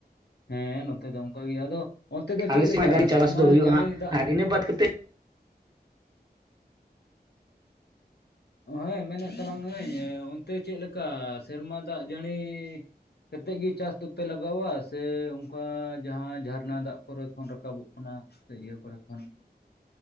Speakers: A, on the left; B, on the right.
A: ᱦᱮᱸ ᱱᱚᱛᱮ ᱫᱚ ᱚᱱᱠᱟ ᱜᱮ ᱟᱫᱚ ᱚᱱᱛᱮ ᱫᱚ ᱪᱮᱫ
B: ᱟᱞᱮ ᱥᱮᱫ
A: ᱞᱮᱠᱟ
B: ᱢᱟ ᱪᱟᱥ
A: ᱥᱮᱨᱢᱟ
B: ᱫᱚ ᱦᱩᱭᱩᱜᱼᱟ
A: ᱡᱟᱹᱲᱤ
B: ᱦᱟᱸᱜ
A: ᱫᱟᱜ
B: ᱟᱨ ᱤᱱᱟᱹ ᱵᱟᱫ ᱠᱟᱛᱮᱫ
A: ᱦᱮᱸᱻ ᱢᱮᱱᱮᱫ ᱛᱟᱞᱟᱝ ᱟᱹᱧ ᱚᱱᱛᱮ ᱪᱮᱫ ᱞᱮᱠᱟ ᱥᱮᱨᱢᱟ ᱫᱟᱜ ᱡᱟᱹᱲᱤ? ᱠᱟᱛᱮᱫ ᱜᱮ ᱪᱟᱥ ᱫᱚᱯᱮ ᱞᱟᱜᱟᱣᱟ ᱥᱮ ᱚᱱᱠᱟ ᱡᱟᱦᱟᱸ ᱡᱷᱟᱨᱱᱟ ᱫᱟᱜ ᱠᱚᱨᱮ ᱠᱷᱚᱱ ᱨᱟᱠᱟᱵᱚᱜ ᱠᱟᱱᱟ᱾ ᱤᱭᱟᱹᱠᱚᱨᱮ ᱠᱷᱚᱱ